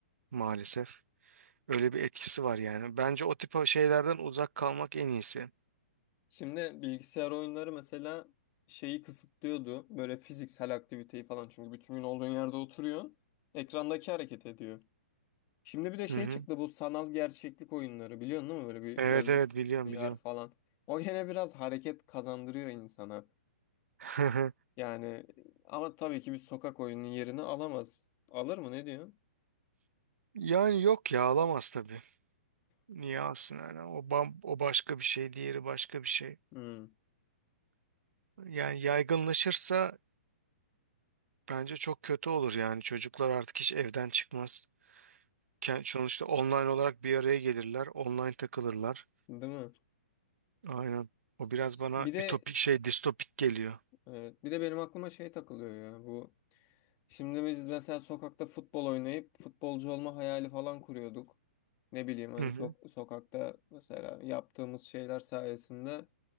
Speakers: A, on the right (about 85°); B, on the left (about 30°).
A: maalesef. Öyle bir etkisi var yani. Bence o tip şeylerden uzak kalmak en iyisi.
B: Şimdi bilgisayar oyunları mesela şeyi kısıtlıyordu. Böyle fiziksel aktiviteyi falan. Çünkü bütün gün olduğun yerde oturuyorsun. Ekrandaki hareket ediyor. Şimdi bir de şey
A: Hı hı.
B: çıktı bu sanal gerçeklik oyunları biliyorsun değil mi? Böyle bir
A: Evet
B: gözlük,
A: evet biliyorum
B: VR
A: biliyorum.
B: falan. O gene biraz hareket kazandırıyor insana.
A: <laughs>
B: Yani e, ama tabii ki bir sokak oyunun yerini alamaz. Alır mı ne diyorsun?
A: Yani yok ya alamaz tabii. Niye alsın yani? O, bam, o başka bir şey, diğeri başka bir şey.
B: Hmm,
A: Yani yaygınlaşırsa bence çok kötü olur yani. Çocuklar artık hiç evden çıkmaz. Ken- Sonuçta online olarak bir araya gelirler, online takılırlar.
B: değil mi?
A: Aynen. O biraz bana
B: Bir de
A: ütopik şey, distopik geliyor.
B: Evet. Bir de benim aklıma şey takılıyor ya bu. Şimdi biz mesela sokakta futbol oynayıp futbolcu olma hayali falan kuruyorduk. Ne bileyim hani
A: Hı hı.
B: sok sokakta mesela yaptığımız şeyler sayesinde